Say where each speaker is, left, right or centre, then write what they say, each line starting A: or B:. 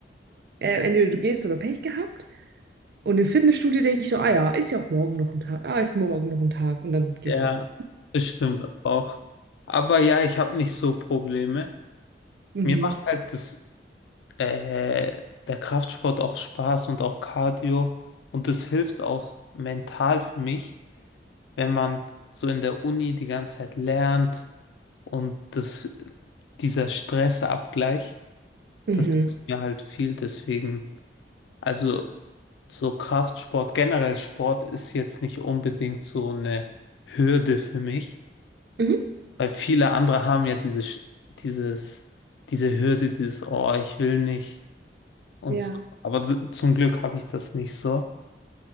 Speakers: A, on the right; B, on the left.
A: Äh, entweder du gehst oder Pech gehabt. Und im Fitnessstudio denke ich so, ah ja, ist ja auch morgen noch ein Tag. Ah, ist morgen noch ein Tag. Und dann gehe
B: ja,
A: ich nicht.
B: das stimmt auch. Aber ja, ich habe nicht so Probleme.
A: Mhm.
B: Mir macht halt das, äh, der Kraftsport auch Spaß und auch Cardio. Und das hilft auch mental für mich, wenn man so in der Uni die ganze Zeit lernt Und das, dieser Stressabgleich,
A: Mhm.
B: das ist mir halt viel deswegen. Also so Kraftsport, generell Sport ist jetzt nicht unbedingt so eine Hürde für mich,
A: Mhm.
B: weil viele andere haben ja diese, Sch- dieses, diese Hürde, dieses, oh, ich will nicht und
A: Ja.
B: so. Aber d- zum Glück habe ich das nicht so.